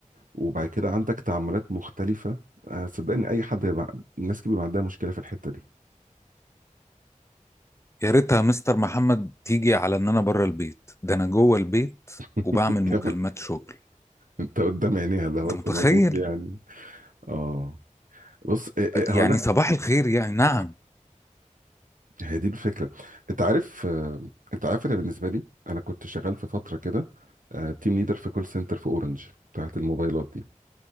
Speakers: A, on the right; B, on the left.
A: وبعد كده عندك تعاملات مختلفة آه، صدقني اي حد هيبقى الناس كتير بيبقى عندها مشكلة في الحتة دي
B: يا ريتها مستر محمد تيجي على ان انا بره البيت ده انا جوه البيت
A: <laughs>
B: وبعمل مكالمات
A: كمان
B: شغل
A: انت قدام عينيها لو
B: انت
A: انت
B: متخيل
A: موجود يعني اه بص آه، آه،
B: يعني
A: هقول
B: صباح الخير يعني نعم
A: هي دي الفكرة انت عارف آه، انت عارف انا بالنسبة لي انا كنت شغال في فترة كده تيم ليدر في كول سنتر في اورنج بتاعت الموبايلات دي